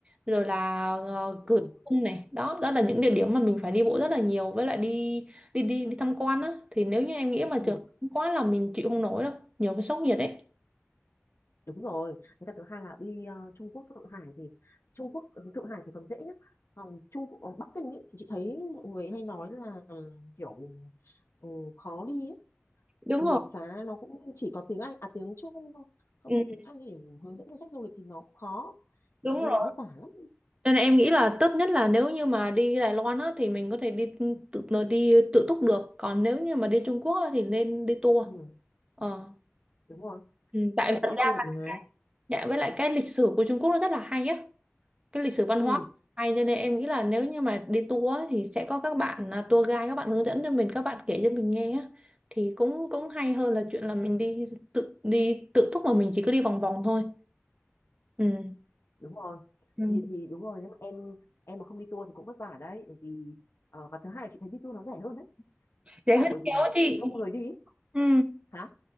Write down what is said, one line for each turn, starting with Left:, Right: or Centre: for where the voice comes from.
Right: rồi là uh,
Left: ừ
Right: Cửa Cung này đó đó là những địa điểm mà mình phải đi bộ rất là nhiều với lại đi đi đi đi tham quan á thì nếu như em nghĩ mà
Left: ừ
Right: trường quá là mình chịu không nổi đâu nhiều cái sốc nhiệt ấy
Left: đúng rồi với cả thứ hai là đi ờ, Trung Quốc Thượng Hải thì Trung Quốc ừ, Thượng Hải thì còn dễ nhất còn Trung Quốc- còn Bắc Kinh ý, thì chị thấy mọi người hay nói là ừ, kiểu ừ, khó đi ấy.
Right: đúng
Left: đường
Right: rồi
Left: xá nó cũng chỉ có tiếng Anh à tiếng Trung thôi không
Right: ừ,
Left: có tiếng Anh để hướng dẫn cho khách du lịch thì nó cũng khó
Right: đúng
Left: thì đi
Right: rồi
Left: lại vất vả lắm
Right: nên là em nghĩ là tốt nhất là nếu như mà đi Đài Loan á thì mình có thể đi tự tự- đi tự túc được còn nếu như mà đi Trung Quốc á, thì nên đi tour
Left: ừ
Right: Ờ
Left: đúng rồi
Right: Ừ, tại
Left: em phải
Right: thật
Left: tự đi
Right: ra
Left: tour được mà
Right: dạ, với lại cái lịch sử của Trung Quốc nó rất là hay á cái lịch sử văn
Left: ừ
Right: hóa hay cho nên em nghĩ là nếu như mà đi tour á, thì sẽ có các bạn à, tour guide các bạn hướng dẫn cho mình các bạn kể cho mình nghe á thì cũng cũng hay hơn là chuyện là mình đi tự đi tự túc mà mình chỉ cứ đi vòng vòng thôi ừ.
Left: đúng rồi
Right: Ừ.
Left: thì thì đúng rồi nếu mà em em mà không đi tour thì cũng vất vả đấy bởi vì ờ, và thứ hai là chị thấy đi tour nó rẻ hơn đấy tức
Right: Rẻ
Left: là
Right: hơn
Left: bởi vì
Right: nhiều á chị
Left: đông người đi ý.
Right: ừ.
Left: hả